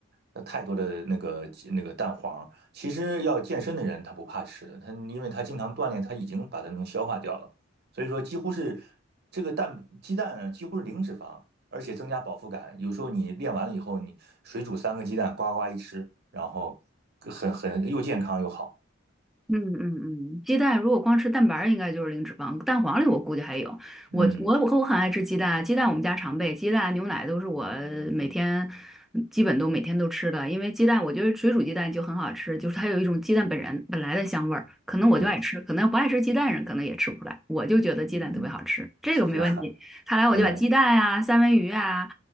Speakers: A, on the right; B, in the centre.
A: 呃太多的那个那个蛋黄。其实要健身的人他不怕吃的，他因为他经常锻炼，他已经把它能消化掉了。所以说几乎是这个蛋鸡蛋啊，几乎是零脂肪。而且增加饱腹感。有时候你练完了以后，你水煮三个鸡蛋，呱呱一吃，然后很很又健康又好。
B: 嗯嗯嗯，鸡蛋如果光吃蛋白儿应该就是零脂肪。蛋黄里我估计还有。
A: 嗯，
B: 我我我和我很爱吃鸡蛋啊，鸡蛋我们家常备，鸡蛋牛奶都是我每天基本都每天都吃的。因为鸡蛋，我觉得水煮鸡蛋就很好吃，就是它有一种鸡蛋本人本来的香味儿。可能我就爱吃，
A: 对，
B: 可能不爱吃鸡蛋人可能也吃不出来。我就觉得鸡蛋特别好吃，
A: 嗯，<laughs>
B: 这个没问题。
A: 是啊，
B: 看来我就把鸡蛋啊、
A: 嗯
B: 三文鱼啊、